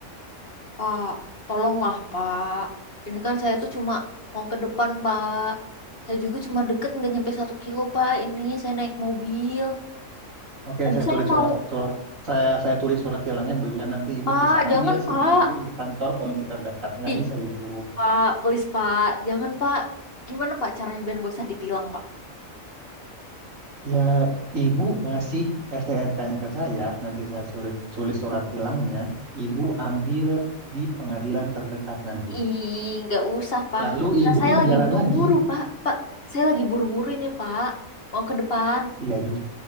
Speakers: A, on the left; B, on the right.
A: Pak, tolonglah Pak. Ini kan saya tuh cuma mau ke depan Pak. Saya juga cuma deket nggak nyampe satu kilo Pak. Ini saya naik mobil.
B: Oke,
A: Tadi
B: saya
A: saya
B: tulis
A: mau
B: surat surat saya saya tulis surat tilangnya Bu ya nanti Ibu
A: Pak,
B: bisa ambil
A: jangan
B: SIM
A: Pak.
B: Ibu di kantor polisi terdekat. Nggak
A: Ih
B: bisa Ibu.
A: Pak, please Pak, jangan Pak. Gimana Pak caranya biar nggak usah ditilang Pak?
B: Ya, Ibu ngasih STNK-nya ke saya, nanti saya surat, tulis surat tilangnya, Ibu ambil di pengadilan terdekat nanti.
A: Ih, nggak usah Pak,
B: Lalu
A: nggak usah.
B: Ibu
A: Saya
B: bisa
A: lagi
B: jalan
A: buru-buru
B: lagi.
A: Pak. Pak, saya lagi buru-buru ini Pak. Mau ke depan.
B: Iya, jus-